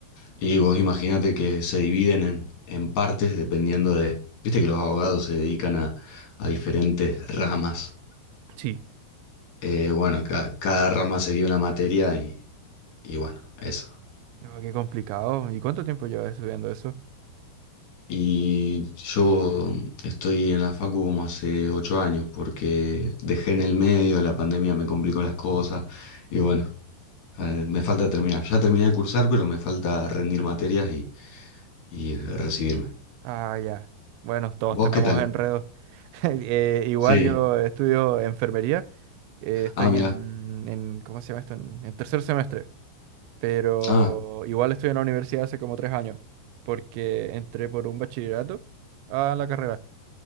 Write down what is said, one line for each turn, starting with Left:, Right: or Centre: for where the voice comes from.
Left: Y vos imaginate que se dividen en, en partes dependiendo de, viste que los abogados se dedican a, a diferentes ramas.
Right: Sí.
Left: Eh, bueno, ca- cada rama sería una materia y, y bueno, eso.
Right: No, qué complicado. ¿Y cuánto tiempo llevas estudiando eso?
Left: Y yo estoy en la facu como hace ocho años, porque dejé en el medio, la pandemia me complicó las cosas, y bueno, eh, me falta terminar. Ya terminé de cursar, pero me falta rendir materias y, y recibirme.
Right: Ah, ya. Bueno, todos
Left: ¿Vos
Right: tenemos
Left: qué tal?
Right: enredos. <laughs> Eh, igual
Left: Sí.
Right: yo estudio enfermería. eh, estoy
Left: Ah, mirá.
Right: en, en- ¿cómo se llama esto? En, en tercer semestre. Pero
Left: Ah,
Right: igual estoy en la universidad hace como tres años. Porque entré por un bachillerato a la carrera.